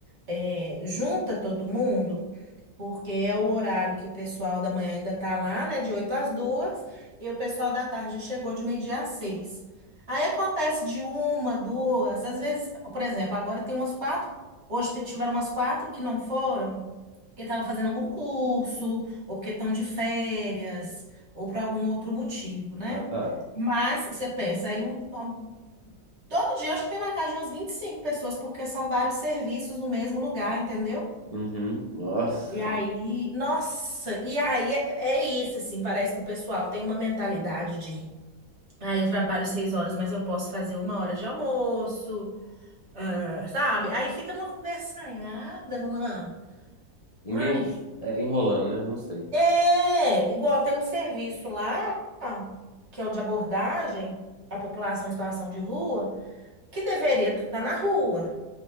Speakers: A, on the right; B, on the left.
A: é, junta todo mundo, Porque é o horário que o pessoal da manhã ainda tá lá, né? De 8 às 2 e o pessoal da tarde chegou de meio-dia às 6. Aí acontece de uma, duas, às vezes, por exemplo, agora tem umas quatro, hoje te- tiveram umas quatro que não foram, porque estavam fazendo algum curso, ou porque estão de férias, ou por algum outro motivo, né?
B: Ah, tá.
A: Mas você pensa, aí um, um- todo dia eu acho que tem na casa de umas 25 pessoas, porque são vários serviços no mesmo lugar, entendeu?
B: Uhum. Nossa.
A: E aí, nossa, e aí é, é isso, assim, parece que o pessoal tem uma mentalidade de, ah, eu trabalho seis horas, mas eu posso fazer uma hora de almoço, ah, sabe? Aí fica numa conversanhada, numa,
B: Ninguém
A: ai,
B: é, enrolando, né? Não sei.
A: é, igual tem um serviço lá, que é o de abordagem à população em situação de rua, que deveria estar na rua,